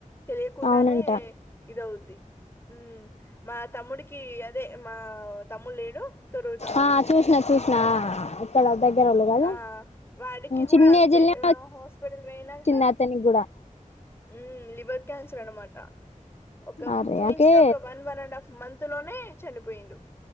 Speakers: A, on the left; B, on the left.
A: తెలియకుండానే
B: అవునంట
A: ఇదవుద్ది ఉ మా తమ్ముడికి అదే మా తమ్ము లేడు తరురు తమ్ముడు
B: ఆ చూసిన చూసిన ఇక్కడ దగ్గరోళ్ళు కదా
A: ఆ వాడికి కూడా
B: చిన్న
A: అంతే
B: ఏజ్లనే
A: ఆ హాస్పిటల్ పోయినంక
B: వచ్చింది అతనికి కూడా
A: ఊమ్ లివర్ క్యాన్సర్ అనామట ఒక
B: అరే
A: చూసిన
B: అకే
A: ఒక one one and half month అందులోనే చనిపోయిడు